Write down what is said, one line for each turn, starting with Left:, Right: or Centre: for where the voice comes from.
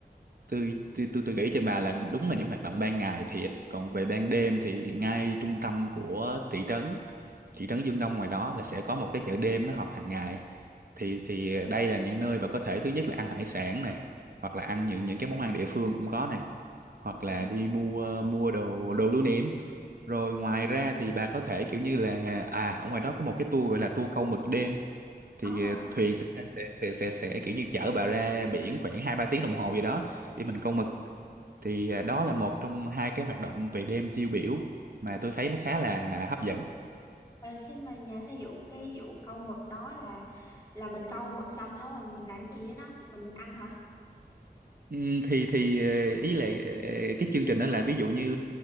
Right: tôi tôi tôi, tôi nghĩ cho bà là đúng là những hoạt động ban ngày thiệt còn về ban đêm thì ngay trung tâm của thị trấn thị trấn Dương Đông ngoài đó là sẽ có một cái chợ đêm nó họp hàng ngày thì thì đây là những nơi bà có thể thứ nhất là ăn hải sản này hoặc là ăn những những cái món ăn địa phương cũng có này hoặc
Left: ừ
Right: là đi mua mua đồ đồ lưu niệm rồi ngoài ra thì bà có thể kiểu như là à ở ngoài đó có một cái tour gọi là tour câu mực đêm thì
Left: ồ
Right: ờ, thuyền sẽ sẽ sẽ sẽ, sẽ kiểu như chở bà ra biển khoảng hai ba tiếng đồng hồ gì đó để mình câu mực thì à, đó là một trong hai cái hoạt động về đêm tiêu biểu mà tôi thấy nó khá là hấp dẫn
Left: ờ, xin mà nhà thí dụ cái vụ câu mực đó là là mình câu mực xong đúng rồi mình làm gì với nó mình ăn hả
Right: Ừm, thì thì ờ, ý là ờ, cái chương trình đó là ví dụ như